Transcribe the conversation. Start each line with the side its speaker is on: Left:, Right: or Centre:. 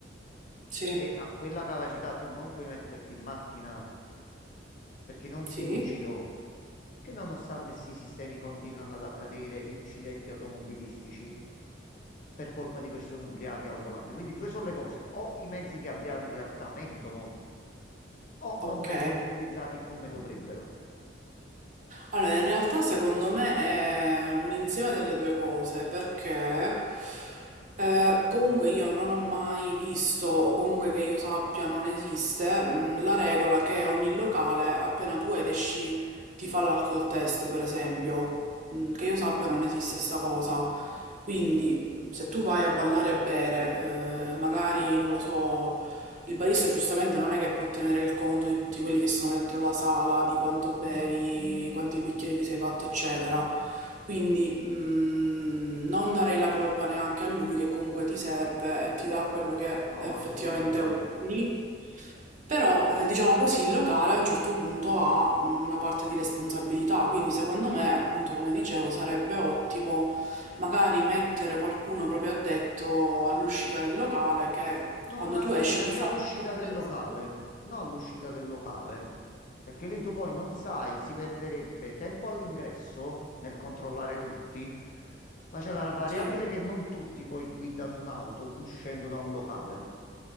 Right: Sì,
Left: e a quella capacità tu non puoi metterti in macchina perché non
Right: sì,
Left: sei lucido che nonostante sì, i sistemi continuano ad accadere incidenti automobilistici per colpa di persone ubriache al volante. Quindi due sono le cose, o i mezzi che abbiamo in realtà mentono, o
Right: ok.
Left: non vengono utilizzati come dovrebbero.
Right: Allora, in realtà secondo me è un insieme delle due cose, perché eh, comunque io non ho mai visto, o comunque che io sappia non esiste, mh, la regola che ogni locale, appena tu esci, ti fa l'alcol test, per esempio. Mh, che io sappia non esiste sta cosa. Quindi, mh, se tu vai a ballare e bere, eh, magari, non lo so Il barista giustamente non è che può tenere il conto di tutti quelli che sono dentro la sala, di quanto bevi, quanti bicchieri ti sei fatto, eccetera. Quindi mh, non darei la colpa neanche a lui che comunque ti serve e ti dà quello che
Left: No,
Right: effettivamente
Left: assolutamente.
Right: ordini. Però, eh, diciamo così, il locale a un certo punto ha mh, una parte di responsabilità, quindi secondo me, appunto, come dicevo, sarebbe ottimo magari mettere qualcuno proprio addetto all'uscita del locale che
Left: No,
Right: quando
Left: Martini,
Right: tu esci
Left: anche
Right: ti fa
Left: all'uscita
Right: la sicurezza.
Left: del locale. No, all'uscita del locale. Perché lì tu poi non sai, si perderebbe tempo all'ingresso nel controllare tutti, ma c'è la variabile
Right: Sì,
Left: che non tutti poi guidano un'auto uscendo da un locale.